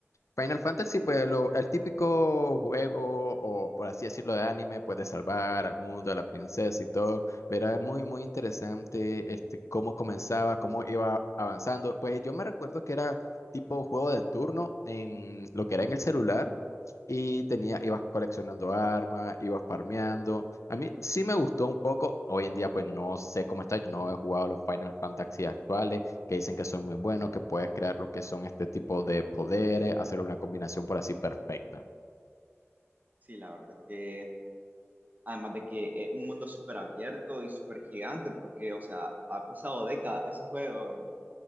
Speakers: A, on the left (about 85°); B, on the right (about 35°).
A: Final Fantasy, pues lo, el típico juego, o por así decirlo, de anime, pues de salvar al mundo, a la princesa y todo, pero es muy, muy interesante este, cómo comenzaba, cómo iba avanzando. Pues yo me recuerdo que era tipo juego de turno en lo que era en el celular y tenía, ibas coleccionando armas, ibas farmeando. A mí sí me gustó un poco, hoy en día pues no sé cómo está, yo no he jugado los Final Fantasy actuales que dicen que son muy buenos, que puedes crear lo que son este tipo de poderes, hacer una combinación por así perfecta.
B: Sí, la verdad es que, además de que eh, un mundo súper abierto y súper gigante, porque, o sea, ha pasado décadas ese juego en,